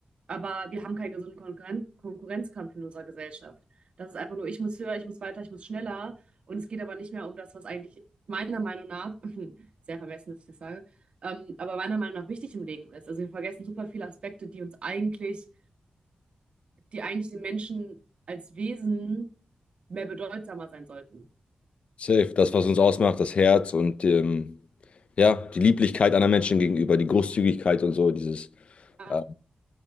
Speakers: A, on the right; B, on the left.
A: aber wir haben keinen gesunden Konkurren Konkurrenzkampf in unserer Gesellschaft. Das ist einfach nur, ich muss höher, ich muss weiter, ich muss schneller. Und es geht aber nicht mehr um das, was eigentlich meiner Meinung nach, <laughs> sehr vermessen, dass ich das sage, ähm, aber meiner Meinung nach wichtig im Leben ist. Also wir vergessen super viele Aspekte, die uns eigentlich, die eigentlich den Menschen als Wesen mehr bedeutsamer sein sollten.
B: Safe, das, was uns ausmacht, das Herz und ähm, ja, die Lieblichkeit anderen Menschen gegenüber, die Großzügigkeit und so, dieses,
A: Ja,
B: äh,